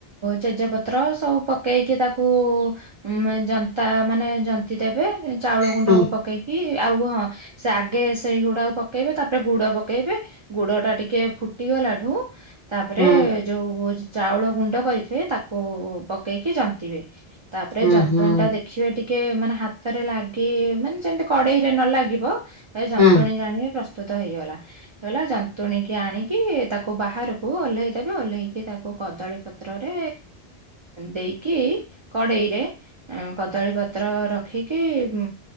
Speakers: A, on the right; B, on the left.
A: ଚେଜ ପତର ସବୁ ପକେଇକି ତାକୁ ଉଁ ଜନ୍ତି ଜନ୍ତା ମାନେ ଜନ୍ତି ଦେବେ ଚାଉଳ ଗୁଣ୍ଡକୁ
B: ହୁଁ
A: ପକେଇକି ଆଉ ହଁ ସେ ଆଗେ ସେଇ ଗୁଡାକୁ ପକେଇବେ ତାପରେ ଗୁଡ ପକେଇବେ ଗୁଡ ଟା ଟିକେ ଫୁଟିଗଲା ଠୁ ରେ
B: ହୁଁ
A: ଯୋଉ ଚାଉଳ ଗୁଣ୍ଡ କରିଥିବେ ତାକୁ ପକେଇକି ଜନ୍ତିବେ ତାପରେ
B: ହୁଁ
A: ଜନ୍ତୁଣ
B: ହୁଁ
A: ଟା ଦେଖିବେ ଟିକେ ଟିକେ ମାନେ ହାତରେ ଲାଗି ମାନେ ଯେମତି କଡେଇ ରେ ନ ଲାଗିବ ଏ ଜନ୍ତୁଣୀ
B: ହୁଁ
A: ଜାଣିବେ ପ୍ରସ୍ତୁତ ପ୍ରୁତ ହେଇଗଲା ଜନ୍ତୁଣି କି ଆଣିକି ତାକୁ ବାହାରକୁ ଓଲ୍ହେଇ ଦେବେ ଓହ୍ଲେଇକି ତାକୁ କଦଳୀ ପତ୍ରରେ ଦେଇକି କଡ଼େଇରେ କଦଳୀ ପତ୍ର ରଖିକି ଉଁ